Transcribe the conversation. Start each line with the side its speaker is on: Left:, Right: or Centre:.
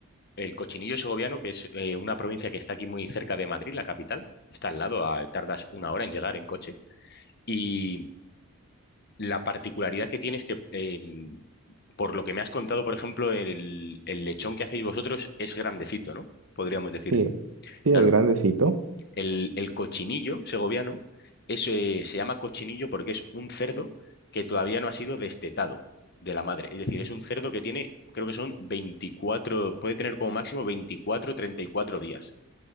Left: el cochinillo segoviano, que es eh, una provincia que está aquí muy cerca de Madrid, la capital, está al lado, a- tardas una hora en llegar en coche, y la particularidad que tiene es que, eh, por lo que me has contado, por ejemplo, el, el lechón que hacéis vosotros es grandecito, ¿no? Podríamos decir.
Right: sí, sí
Left: Claro,
Right: es grandecito,
Left: El, el cochinillo segoviano es, eh, se llama cochinillo porque es un cerdo que todavía no ha sido destetado de la madre. Es decir, es un cerdo que tiene, creo que son veinticuatro puede tener como máximo veinticuatro treinta y cuatro días.